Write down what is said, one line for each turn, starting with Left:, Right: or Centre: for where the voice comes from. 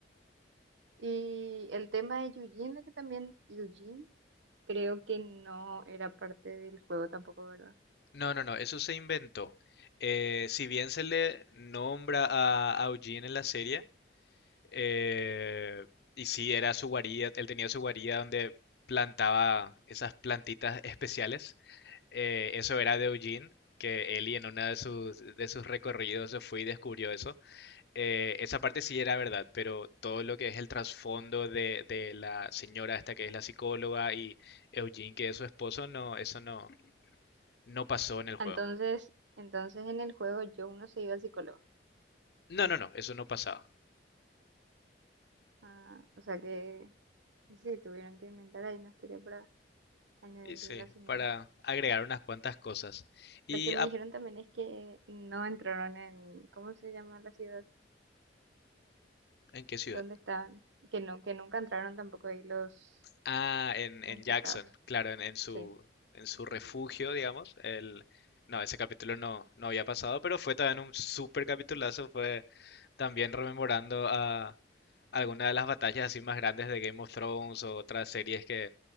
Right: Y el tema de Eugene, de que también Eugene creo que no era parte del juego tampoco, ¿verdad?
Left: No, no, no, eso se inventó. Eh, si bien se le nombra a, a Eugene en la serie, Eh, y sí, era su guarida, él tenía su guarida donde plantaba esas plantitas especiales. Eh, eso era de Eugene, que Ellie en uno de sus, de sus recorridos se fue y descubrió eso. Eh, esa parte sí era verdad, pero todo lo que es el trasfondo de, de la señora esta que es la psicóloga y Eugene que es su esposo, no, eso no, no pasó en el juego.
Right: Entonces, entonces en el juego yo no se iba al psicólogo.
Left: No, no, no, eso no pasaba.
Right: Ah, o sea que sí, tuvieron que inventar ahí una historia para añadirle
Left: Y sí,
Right: a la señora.
Left: para agregar unas cuantas cosas. ¿Y
Right: Lo que me
Left: ah,
Right: dijeron también es que no entraron en, ¿cómo se llama la ciudad?
Left: en qué ciudad?
Right: ¿Dónde estaban? Que no, que nunca entraron tampoco ahí los
Left: Ah, en, en
Right: infectados.
Left: Jackson, claro, en, en su,
Right: Sí,
Left: en su refugio, digamos. El, no, ese capítulo no, no había pasado, pero fue también un súper capitulazo. Fue también rememorando a alguna de las batallas así más grandes de Game of Thrones o otras series que